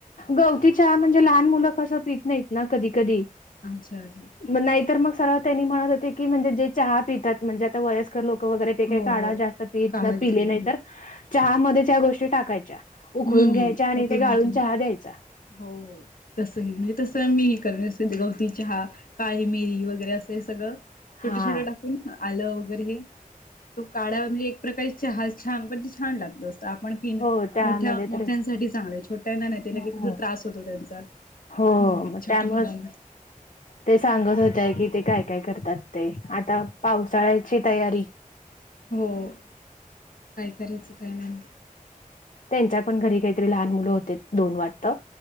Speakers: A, on the left (about 60°); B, on the left (about 80°).
A: गवती चहा म्हणजे लहान मुलं असं पित नाहीत ना. कधी कधी.
B: अच्छा अच्छा.
A: नाहीतर मग सरळ त्यांनी म्हणत होते की, म्हणजे जे चहा पितात. म्हणजे आता वयस्कर लोक वगैरे ते काही
B: हो
A: काढा
B: हो
A: जास्त पित
B: काढा घेतली
A: पिले नाही तर, चहामध्येच या गोष्टी टाकायच्या. उखळून
B: हम्म
A: घ्यायच्या, आणि
B: उकळून
A: ते गाळून
B: घेतो मी
A: चहा द्यायचा.
B: हो तसही म्हणजे तस मी कर गवती चहा. काळी मिेरी वगैरे असं हे सगळं छोटे
A: हा
B: छोटे टाकून, आलं वगैरे हे, तो काढा म्हणजे प्रकारे चहा छान म्हणजे छान लागतो. आपण पिन
A: हो त्यामध्ये
B: मोठ्या मोठ्यांसाठी
A: तर
B: चांगलंय. छोट्यांना नाही. दिला
A: हो
B: की ते लगेचच त्रास होतो त्यांचा.
A: हो
B: हम्म
A: म
B: छोट्या
A: त्यामुळेच
B: मुलांना
A: ते सांगत होते की, ते काय काय करतात ते. आता पावसाळ्याची तयारी.
B: हो. काय करायचं काय नाही.
A: त्यांच्या पण घरी काहीतरी लहान मुलं होते. दोन वाटतं.